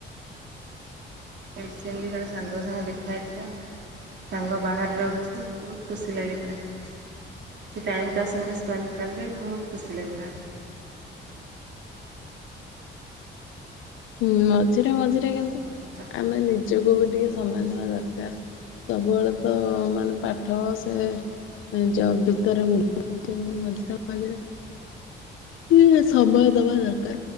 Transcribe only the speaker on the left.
ହୁଁ ମଝିରେ ମଝିରେ। କିନ୍ତୁ
ଆମେ ନିଜକୁ ବି ଟିକେ ସ ସମୟ ଦେବା ଦରକାର ସବୁବେଳେ ତ ମାନେ ପାଠ ସେ ଜବ ଭିତରେ ବୁଡିକି ରହୁଚେ ମଝିରେ ମଝିରେ। ଟିକେ ସମୟ ଦବା ଦରକାର